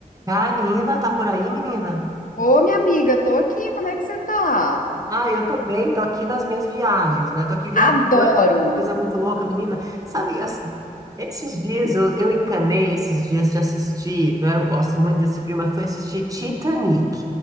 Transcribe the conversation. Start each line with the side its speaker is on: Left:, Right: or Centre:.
Right: Karina, tá por aí, menina?
Left: Ô, minha amiga, tô aqui, como é que você tá?
Right: Ah, eu tô bem, tô aqui nas minhas viagens, né? Tô aqui viajando,
Left: Adoro.
Right: coisa muito louca, menina. Sabe, assim, esses dias eu, eu encanei esses dias de assistir, né? Eu gosto muito desse filme, mas foi assistir Titanic,